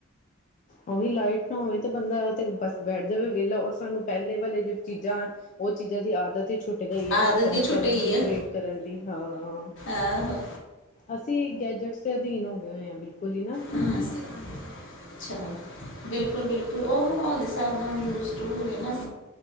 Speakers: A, on the left; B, on the left.
A: ਉਹੀ ਲਾਈਟ ਨਾ ਹੋਵੇ ਤੇ ਬੰਦਾ ਤੇ ਬਸ ਬੈਠ ਜਾਵੇ ਵਿਹਲਾ ਔਰ ਸਾਨੂੰ ਪੈਲੇ ਵਾਲੇ ਜਿਹੜੀ ਚੀਜ਼ਾਂ ਓ ਚੀਜ਼ਾਂ ਦੀ ਆਦਤ ਹੀ ਛੁੱ ਛੂਟ ਗਈ
B: ਆਦਤ
A: ਹੈ ਹੱਥ
B: ਦੀ
A: ਨਾ
B: ਛੁੱਟ
A: ਕਰਨ
B: ਗਈ
A: ਦੀ
B: ਹੈ
A: ਗਰੇੇਟ ਕਰਨ ਦੀ ਹਾਂ।
B: ਆਹੋ
A: ਅਸੀਂ ਗੈਜਟਸ ਦੇ ਅਧੀਨ ਹੋ ਗਏ ਹੋਏ ਆਂ ਬਿਲਕੁਲ ਹੀ ਨਾ।
B: ਹੂੰ ਅੱਛਾ ਬਿਲਕੁਲ-ਬਿਲਕੁਲ ਮਾਹੌਲ ਹਿਸਾਬ ਨਾਲ ਯੂਜ਼ਡ ਹੋਵੇ ਨਾ